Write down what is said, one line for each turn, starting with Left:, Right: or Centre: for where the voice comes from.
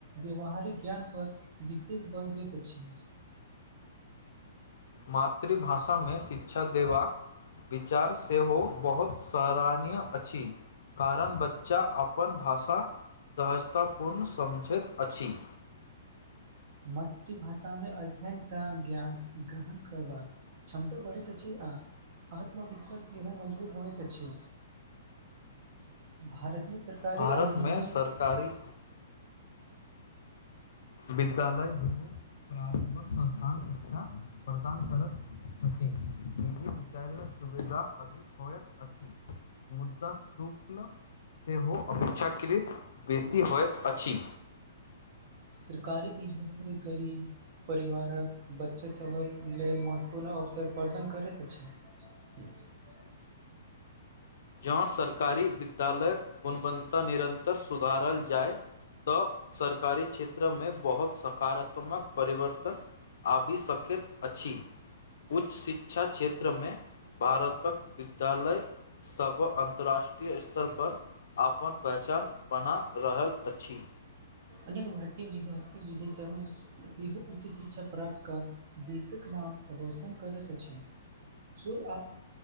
Right: व्यावहारिक ज्ञान पर विशेष बल दैत अछि
Left: मातृभाषा में शिक्षा देबाक विचार सेहो बहुत सराहनीय अछि कारण बच्चा अपन भाषा सहजताापूर्ण समझैत अछि
Right: मातृभाषामें अध्ययन सं ज्ञान ग्रहण करबाक क्षमता बढ़ेत अछि आ आत्मविश्वास सेहो मजबूत होए तऽ अछि भारत में सरकारी
Left: भारतमे
Right: आ निजी
Left: सरकारी विद्यालय दुनू प्रारम्भक संस्थान शिक्षा प्रदान करत छथि निजी विद्यालय में सुविधा अधिक होइत अछि मुद्दा शूक्ल सेहो अपेक्षाकृत बेसी होइत अछि
Right: सकारी विद्यालय गरीब परिवारक बच्चे सभक लेल महत्वपूर्ण अवसर प्रदान करैत अछि <unintelligible>
Left: जँ सरकारी विद्यालयक गुणबंता निरन्तर सुधारल जाय तऽ सरकारी क्षेत्र में बहुत सकारात्मक परिवर्तन आबि शकैत अछि उच्च शिक्षा क्षेत्रमें भारतक विद्यालय सब अन्तर्राष्ट्रीय स्तर पर आपन पहचान बना रहल अछि
Right: अनेक भारतीय विद्यार्थी विदेश में सेहो उच्च शिक्षा प्राप्त कऽ देशक नाम रौशन करैत अछि शुद्ध आ